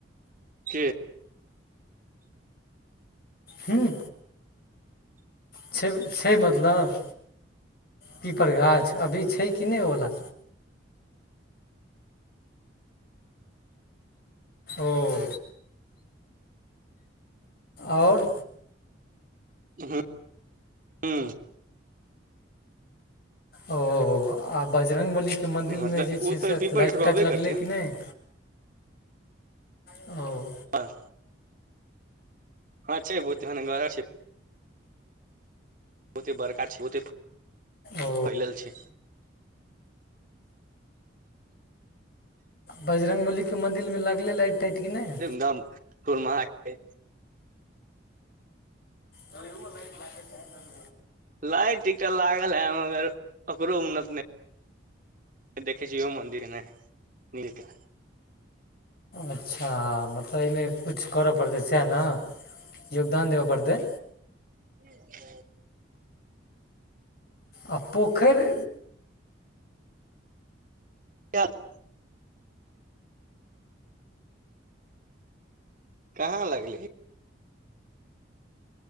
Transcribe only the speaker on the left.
हूँ। छैय छैय मतलब पीपर गाछ अभी छैय कि नहि ओला ओऽ। आओर
ओ आ बजरङ्ग बलीके मन्दिलमे
जे छैय
से
लाइट
ताइट
लगलै कि नहि। औ।
ओ
बजरङ्गबलीके मन्दिलमे लगलै लाइट टाइट कि नहि।
तऽ उहो लाइट लागे छैय।
अच्छा मतलब एहिमे किछु करऽ पड़तै सएह ने योगदान देबऽ पड़तै।
आ पोखरि